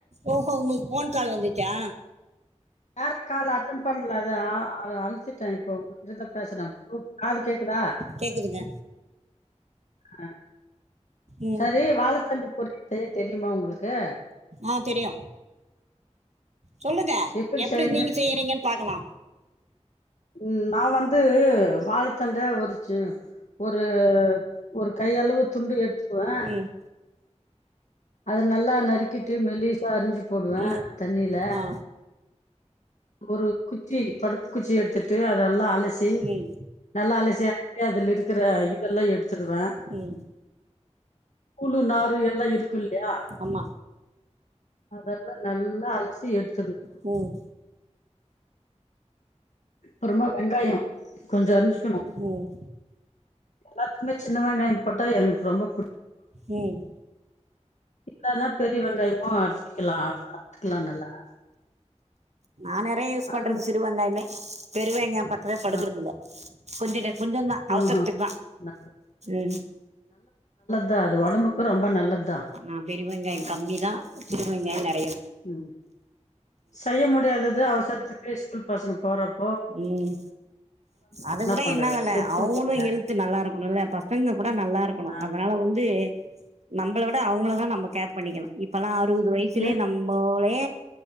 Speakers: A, on the right; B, on the left.
A: ஓஹோ உங்ளுக் ஃபோன் கால் வந்துச்சா
B: யாரு கால் அட்டன் பண்லதா அத அழிச்சட்டே இப்ப உங்கிட்ட பேசுறே ப்ப காது கேக்குதா
A: கேக்குதுங்க
B: அ
A: ம்
B: சரி வாழத்தண்டு பொரி செய்ய தெரியுமா உங்குளுக்கு
A: ஆ தெரியு சொல்லுங்க
B: எப்படி
A: எப்டி
B: செய்யறது
A: நீங்க செய்றீங்கன் பாக்கலா
B: ம் நா வந்து வாழத்தண்ட உரிச்சி ஒரு ஒரு கை கையளவு துண்டு எடுத்துக்குவே
A: ம்
B: அத நல்லா நறுக்கிட்டு மெல்லிசா அரிஞ்சி போடுவே
A: ம்
B: தண்ணில
A: ஆ
B: ஒரு குச்சி தொடப்ப குச்சி எடுத்துட்டு அத நல்லா அலசி
A: ம்
B: நல்லா அலசி அதுல இருக்குற இதெல்லா எடுத்துடுவே
A: ம்
B: கூளு நாறு எல்லா இருக்கு இல்லியா
A: ஆமா
B: அதெல்லா நல்லா அலசி எடுத்
A: ம்
B: அப்பறமா வெங்காயோ கொஞ்ச அரிஞ்சு
A: ம்
B: எல்லாத்துக்குமே சின்ன வெங்காயம் போட்டா எனக்கு ரொம்ப புடி
A: ம்
B: இல்லன்னா பெரிய வெங்காயமு அறுச்கிலா அறுத்துக்கலா நல்லா
A: நா நெறைய யூஸ் பண்றது
B: அது
A: சிறு வெங்காயந்தே பெரு வெங்காயோ பக்கமே படுக்குறதில்ல
B: ஆ
A: கொஞ்ச கொஞ்சந்தா அவசரத்துக்
B: ஆஹா
A: தா
B: நல்ல-
A: ம்
B: தா அது ஒடம்புக்கு ரொம்ப நல்லது
A: நா பெரிவெங்காயம் கம்மி தா சிறுவெங்காயம் நற
B: ம் செய்ய முடியாதது அவசரத்துக்கு ஸ்கூல் பசங்க போறப்
A: உம் அத விட
B: பண்றது
A: என்ன வேலை
B: பெருசும்
A: அவங்களு
B: கொஞ்சம்
A: ஹெல்த் நல்லா இருக்கணுல்ல ஃபர்ஸ்ட் பசங்க கூட நல்லா இருக்கணு
B: அடிச்சுதான்.
A: அதனால வந்து நம்பள விட அவங்கள தா நம்ம கேர் பண்ணிக்கனு இப்பெல்லா அறுவது வயசுலேயே
B: எங்க
A: நம்போலே